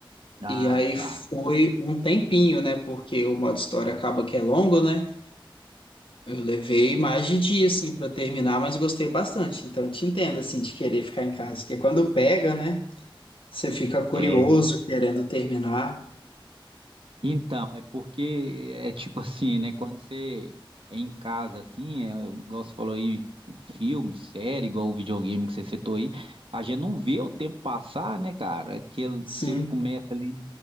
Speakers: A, on the right; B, on the left.
A: Ah,
B: E aí
A: tá.
B: foi um tempinho, né? Porque o modo história acaba que é longo, né? Eu levei mais de dia, assim, pra terminar, mas gostei bastante. Então eu te entendo, assim, de querer ficar em casa. Porque quando pega, né? Você fica curioso,
A: É,
B: querendo terminar.
A: Então, é porque é é tipo <laughs> assim, né? Quando você é em casa, assim, é, igual você falou aí, filme, série, igual o videogame que você citou aí, a gente não vê o tempo passar, né, cara? Que ele-
B: Sim,
A: você começa ali,